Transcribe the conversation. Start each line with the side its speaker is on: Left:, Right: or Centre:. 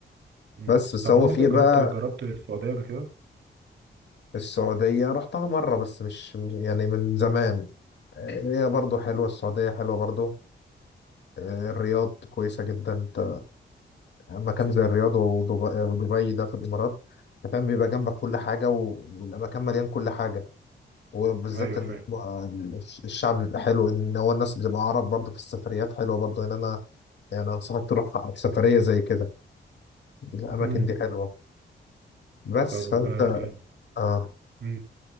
Right: مم.
Left: بس بس
Right: طب
Left: هو
Right: رحت
Left: فيه
Right: جربت
Left: بقى
Right: جربت السعودية قبل كده؟
Left: السعودية رحتها مرة بس مش يعني من زمان آه، هي برضو حلوة السعودية حلوة برضو آه، الرياض كويسة جدا انت مكان زي الرياض ودبي, ودبي ده في الإمارات انت فاهم بيبقى جنبك كل حاجة و- والمكان مليان كل حاجة وبالذات
Right: ايوه
Left: إن
Right: فاهم
Left: هو الشعب بيبقى حلو إن هو الناس بتبقى عرب برضو في السفريات حلوة برضو إن أنا يعني أنصحك تروح سفرية زي كده الأماكن
Right: مم.
Left: دي حلوة بس
Right: طب
Left: فأنت
Right: آه،
Left: آه
Right: مم.